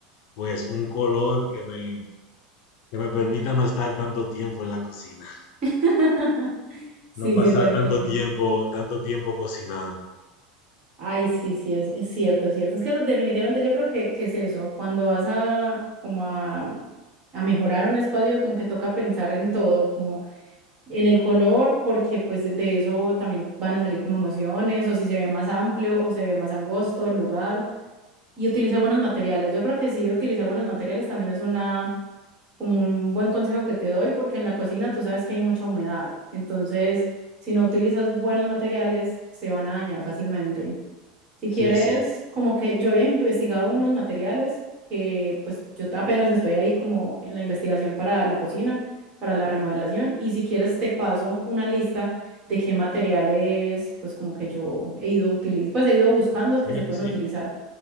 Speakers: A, on the left; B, on the right.
A: pues, un color que me, que me permita no estar tanto tiempo en la cocina,
B: <laughs>
A: <laughs>
B: Sí,
A: no pasar
B: sí, te entiendo.
A: tanto tiempo, tanto tiempo cocinando.
B: Ay, sí, sí, es, es cierto, es cierto. Es que lo- definitivamente yo creo que, que es eso. Cuando vas a como a, a mejorar un espacio, como que toca pensar en todo, como en el color, porque pues de, de eso también van a salir como emociones, o si se ve más amplio o se ve más angosto el lugar, y utilizar buenos materiales. Yo creo que sí, utilizar buenos materiales también es una como un buen consejo que te doy, porque en la cocina tú sabes que hay mucha humedad. Entonces, si no utilizas buenos materiales, se van a dañar fácilmente. Si quieres,
A: Sí, sí,
B: como que yo había investigado unos materiales que pues yo apenas estoy ahí como en la investigación para la cocina, para la remodelación. Y si quieres, te paso una lista de qué materiales pues como que yo he ido utilizando, pues he ido buscando
A: sí,
B: que se pueden
A: sí.
B: utilizar.